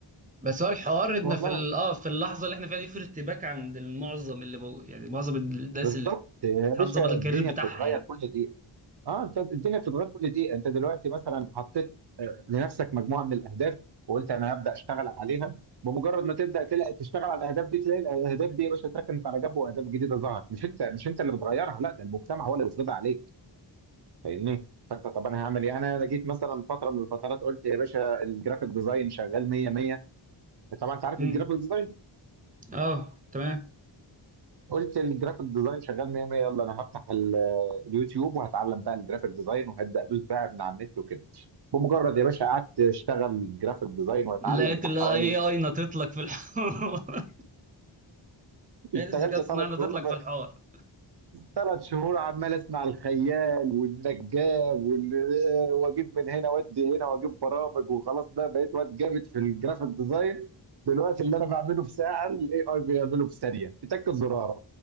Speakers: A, on the right; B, on the right.
A: بس هو الحوار ان
B: والله
A: في ال- اه في اللحظه اللي احنا فيها دي في ارتباك عند المعظم اللي بو يعني معظم الناس
B: بالظبط
A: اللي
B: يا
A: بتحاول
B: باشا
A: تظبط الكارير
B: الدنيا
A: بتاعها
B: بتتغير
A: يعني
B: كل دقيقة اه انت الدنيا بتتغير كل دقيقه انت دلوقتي مثلا حطيت آه، لنفسك مجموعه من الاهداف وقلت انا هبدا اشتغل عليها بمجرد ما تبدا تلاقي تشتغل على الاهداف دي تلاقي الاهداف دي يا باشا اتركنت على جنب واهداف جديده ظهرت مش انت مش انت اللي بتغيرها لا ده المجتمع هو اللي بيفرضها عليك فاهمني فانت طب انا هعمل ايه انا جيت مثلا فتره من الفترات قلت يا باشا الجرافيك ديزاين شغال 100 100 طبعا انت عارف
A: امم
B: الجرافيك ديزاين
A: اه تمام
B: قلت الجرافيك ديزاين شغال 100 100 يلا انا هفتح ال- اليوتيوب وهتعلم بقى الجرافيك ديزاين وهبدا ادوس بقى من على النت وكده بمجرد يا باشا قعدت اشتغل جرافيك ديزاين واتعلم
A: لقيت
B: بتاع
A: الاي
B: حوالي
A: اي نطت لك في الحوار <laughs> لقيت
B: اشتغلت
A: الذكاء الصناعي
B: ثلاث
A: نطت
B: شهور
A: لك
B: بقى.
A: في الحوار
B: ثلاث شهور عمال اسمع الخيال والنجاب وال- واجيب من هنا وادي هنا واجيب برامج وخلاص بقى بقيت واد جامد في الجرافيك ديزاين بالوقت اللي انا بعمله في ساعه الاي اي بيعمله في ثانيه بتاكد زرار